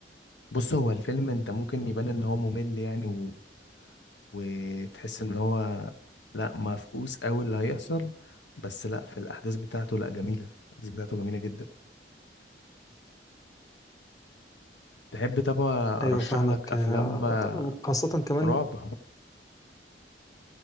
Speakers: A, on the left; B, on the left.
A: بص هو الفيلم انت ممكن يبان ان هو ممل يعني و... وتحس ان هو لا مفقوس قوي اللي هيحصل بس لا في الاحداث بتاعته لا جميلة الاحداث بتاعته جميلة جدا تحب طبعا ارشح
B: ايوه فاهمك
A: لك افلام
B: آه،
A: آه،
B: ط- وخاصة كمان
A: رعب